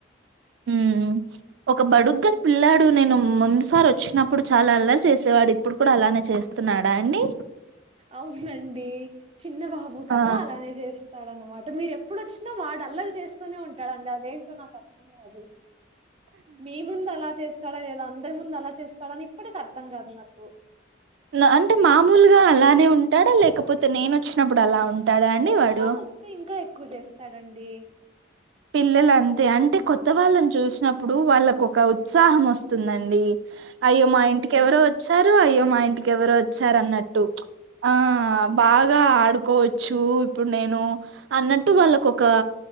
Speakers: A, on the right; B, on the right.
A: ఉమ్ ఒక బడుద్దాయ్ పిల్లాడు నేను ముందుసారి వచ్చినప్పుడు చాలా అల్లరి చేసేవాడు, ఇప్పుడు కూడా అలానే చేస్తున్నాడా అండి.
B: అవునండి చిన్న బాబు కదా
A: ఆ
B: అలానే చేస్తాడన్నమా ట మీరు ఎ ప్పుడు వచ్చినా వాడు అల్లరి చేస్ తూనే ఉంటాడు అండి అదేంటో నాకు అర్థం కాదు మీ ముందు అలా చేస్తాడా లేదా అందరి ముందు అలా చేస్తాడని ఇప్పటికి అర్థం కాదు నాకు
A: న అంటే మామూలుగా అలానే ఉంటాడా లేకపోతే నేను వచ్చినప్పుడు అలా ఉంటాడా అండి
B: కొత్త
A: వాడు
B: వాళ్ళు వస్తే ఇంకా ఎ క్కువ చేస్తాడు అండి
A: పిల్లలంతే అంటే కొత్త వాళ్ళని చూసినప్పుడు వాళ్ళకు ఒక ఉత్సాహం వస్తుందండి అయ్యో
B: అవునండి
A: మా ఇంటికి ఎవరో వచ్చారు అయ్యో మాఇంటి కి ఎవరో వచ్చారన్నట్టు ఆ బాగా ఆడుకోవచ్చు ఇప్పుడు నేను అన్నట్టు వాళ్ళకు ఒక